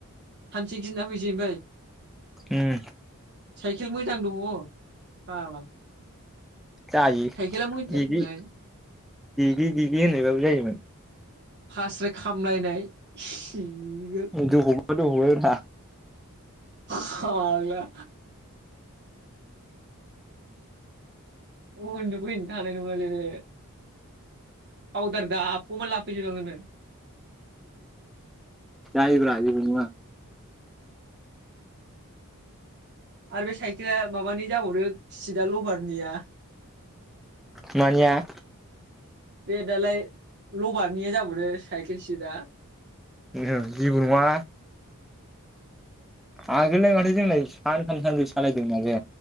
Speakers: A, on the right; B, in the centre.
A: सानसे गिना फैसै ओमफाय।
B: उम
A: साइकेल मोजां दङ फाग्ला।
B: जायो
A: साइकेला मोजांखाय
B: गिगि गिगि गिगि होननायबाबो जायोमोन।
A: फास्राय खामलायनाय। सिगोन
B: <unintelligible>
A: फाग्ला। उन्दु फैनोनो हानाय नङा नोङो फावदार दाफबना लाफैजोबनागोन नोङो।
B: जायोब्रा जेबो नङा।
A: आरो बे साइकेला माबानि जाबावदो सिटआ लबारनिया।
B: मानिया?
A: बे दालाय लबारनिया जाबावदो साइकेल सिटआ।
B: ओं जेबो नङा। आगोललाय माथो जोंलाय सानथाम सानब्रै सालायदोंमोन बे